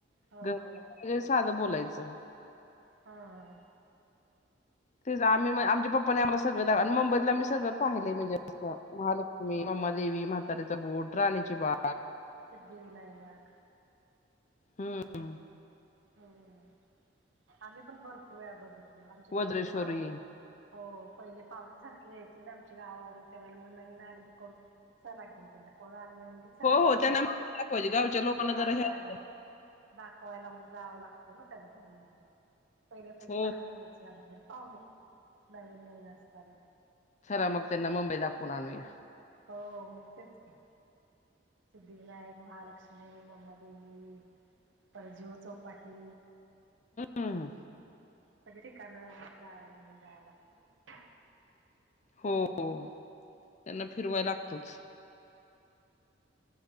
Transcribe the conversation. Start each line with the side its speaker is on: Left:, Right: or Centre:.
Right: हो
Left: घरे
Right: हो
Left: साधं बोलायचं
Right: हा ह
Left: तेच आम्ही आमच्या पप्पाने आम्हा सगळं मुंबईला आम्ही सगळं पाहिलंय म्हणजे अस महालक्ष्मी दवी म्हातऱ्याचा बोट राहण्याची बा
Right: सिद्धिविनायक
Left: हम्
Right: हम्म आम्ही पण भरपरूया बघित आमचे
Left: वज्रेश्वरी
Right: पहिले पावलं हो पहिले पाहुणीसारखे या्यायचे ना आमच्या गावावरून त्यावेळेला मग नवीन आले की कोण चला घेऊन त्यांना कोण नाहीला
Left: हो
Right: गेल
Left: हो त्यांना मुंबई दाखवायची गावच्या लोकांना
Right: दाखवायला
Left: जरा हे असतं
Right: दाखवायला मग जावं लागतं ना त्याला घेऊन म पहिले पहिले
Left: हो
Right: सारखं या्यायचे आमच्याकडे पाहुणे नवीन नवीन असताना
Left: खरा मग त्यांना मुंबई दाखवून आणूया
Right: हो मग तेच का सिद्धिविनायक महालक्ष्मी म्मा देेवी तर जीव चौपाटी
Left: हम्म
Right: सगळे ठिकाणं जाया घेऊन जाय लागत ना
Left: हो हो. त्यांना फिरवाय लागतच